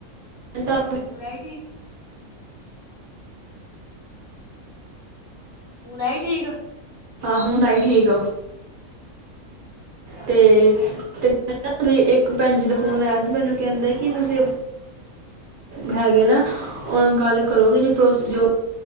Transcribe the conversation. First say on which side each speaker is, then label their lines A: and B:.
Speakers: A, on the right; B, on the left.
A: <unintelligible> ਮੈਂ ਤੁਹਾਨੂੰ
B: ਹੁੰ ਆਈ ਠੀਕ। ਹੁਣ ਆਈ ਠੀਕ।
A: ਹੁਨ ਆਈ ਠੀਕ,
B: ਹਾਂਜੀ
A: ਤੇ। ਤੇ ਇੱਕ ਭੈਣ ਜੀ ਦਾ ਫੋਨ ਆਇਆ ਸੀ, ਮੈਨੂੰ ਕਹਿੰਦੇ ਕਿ ਤੁਸੀਂ। ਹੈਗੇ ਨਾ, ਉਹ ਗੱਲ ਕਰੋਗੇ ਜੇ-ਜੋ।